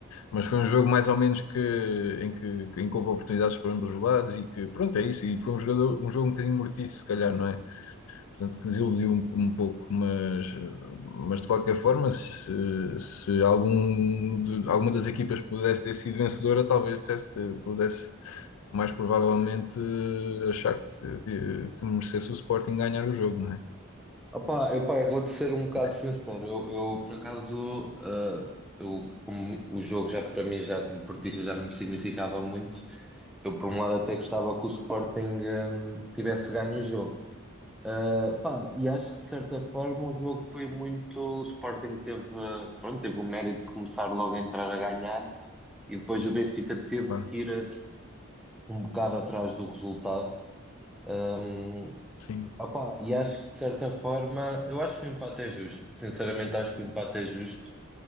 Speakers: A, on the left; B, in the centre.
A: mas foi um jogo mais ou menos que, em que, em que houve oportunidades para ambos os lados e que, pronto, é isso, e foi um jogador, um jogo um bocadinho mortiço, se calhar, não é? Portanto, que desiludiu um, um pouco, mas, mas de qualquer forma, se, se algum de- alguma das equipas pudesse ter sido vencedora, talvez dissesse- pudesse mais provavelmente eh, achar que, que, que merecesse o Sporting ganhar o jogo, não é?
B: Opá, eu, pá, eu vou-te ser um bocado
A: O que-
B: sincero,
A: é
B: eu, eu, por acaso, ah, eu, como o jogo já para mim, já como portista, já não me significava muito, eu por um lado até gostava que o Sporting, ah, tivesse ganho o jogo. Uh, pá, e acho que de certa forma o jogo foi muito. O Sporting teve, uh, pronto, teve o mérito de começar logo a entrar a ganhar e depois o Benfica teve
A: Claro,
B: que ir uh, um bocado atrás do resultado. Um,
A: sim.
B: opá, e acho que de certa forma, eu acho que o empate é justo. Sinceramente, acho que o empate é justo.